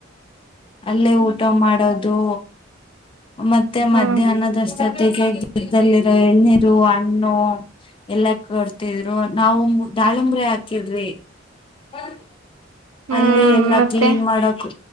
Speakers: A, on the left; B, on the right.
A: ಅಲ್ಲೇ ಊಟ ಮಾಡೋದು ಮತ್ತೆ
B: ಹ್ಮ್
A: ಮಧ್ಯಾಹ್ನದಷ್ಟ ಜೊತೆಗೆ ಗದಲ್ಲಿರೋ ಎಳನೀರು ಹಣ್ಣು ಎಲ್ಲ ಕೊಡ್ತಿದ್ರು ನಾವು ದಾಳಿಂಬರೆ ಹಾಕಿದ್ವಿ ಹ್ಮ <unintelligible>
B: ಹ್ಮ್
A: ಅಲ್ಲಿ ಎಲ್ಲಾ
B: ಮತ್ತೆ
A: ಕ್ಲೀನ್ ಮಾಡಕ್